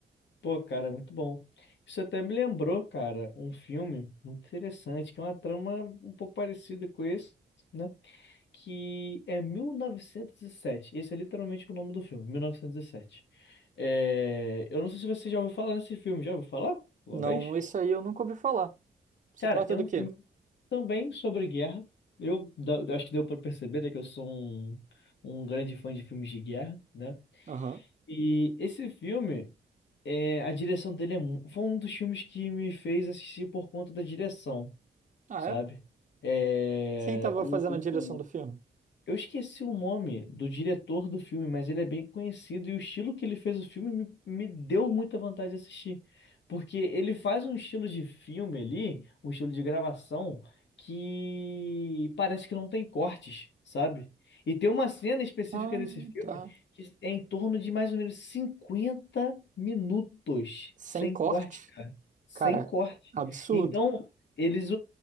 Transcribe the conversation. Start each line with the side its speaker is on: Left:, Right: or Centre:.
Left: Pô, cara, muito bom. Isso até me lembrou, cara, um filme muito interessante, que é uma trama um pouco parecida com esse, né? Que é mil novecentos e sete. Esse é literalmente o nome do filme, mil novecentos e sete. É... Eu não sei se você já ouviu falar nesse filme. Já ouviu falar? Uma
Right: Não,
Left: vez?
Right: esse aí eu nunca ouvi falar. Se
Left: Cara,
Right: trata
Left: é
Right: do
Left: um
Right: quê?
Left: filme também sobre guerra. Eu, da- eu acho que deu pra perceber, né, que eu sou um, um grande fã de filmes de guerra, né?
Right: Aham.
Left: E esse filme, é, a direção dele é, mu- foi um dos filmes que me fez assistir por conta da direção,
Right: Ah,
Left: sabe?
Right: é?
Left: É,
Right: Quem tava
Left: o,
Right: fazendo a direção
Left: o-
Right: do filme?
Left: eu esqueci o nome do diretor do filme, mas ele é bem conhecido e o estilo que ele fez o filme me, me deu muita vontade de assistir. Porque ele faz um estilo de filme ali, um estilo de gravação, que parece que não tem cortes, sabe? E tem uma cena específica
Right: Ah,
Left: desse filme
Right: tá.
Left: que é em torno de mais ou menos 50 minutos,
Right: Sem
Left: sem
Right: corte.
Left: corte, cara. Sem
Right: Cara,
Left: corte.
Right: absurdo.
Left: Então, eles,